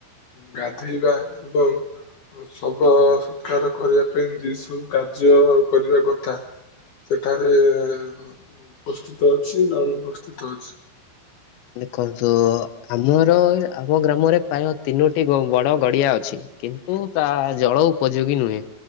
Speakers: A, on the left; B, on the left.
A: ଗାଧୋଇବା ଏବଂ ସବ ସତ୍କାର କରିବା ପାଇଁ ଯ ସବୁ କାର୍ଯ୍ୟ କରିବା କଥା। ସେଠାରେ ଉପସ୍ଥିତ ଅଛି ନା ଅନୁପସ୍ଥିତ ଅଛି।
B: ଦେଖନ୍ତୁ ଆମର ଆମ ଗ୍ରାମରେ ପ୍ରାୟ ତିନୋଟି ବ ବଡ ଗଡିଆ ଅଛି। କିନ୍ତୁ ତା ଜଳ ଉପଯୋଗୀ ନୁହେଁ।